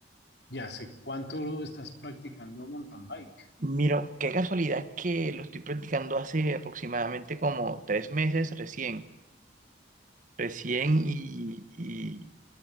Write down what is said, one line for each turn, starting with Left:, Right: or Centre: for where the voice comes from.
Left: ¿Y hace cuánto lo estás practicando mountain bike?
Right: mira, qué casualidad que lo estoy practicando hace aproximadamente como tres meses recién. Recién y, y-